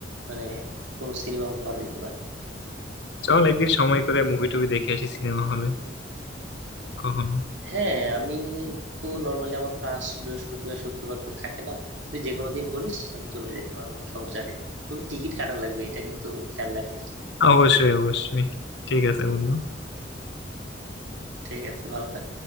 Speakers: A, on the right; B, on the left.
A: মানে কোনো সিনেমা উপহার দিতে পারবে
B: চল একদিন সময় করে মুভি টুভি দেখে আসি সিনেমা হলে কখনো
A: হ্যাঁ আমি তো নর্মালি আমার ক্লাস বৃহস্পতিবার শুক্রবার তো থাকে না তুই যে কোনো দিন বলিস আমি চলে যেতে পারবো কোনো সমস্যা নেই তবে টিকিট কাটা লাগবে এটা কিন্তু খেয়াল রাখিস
B: অবশ্যই অবশ্যই ঠিক আছে বন্ধু
A: ঠিক আছে ভালো থাক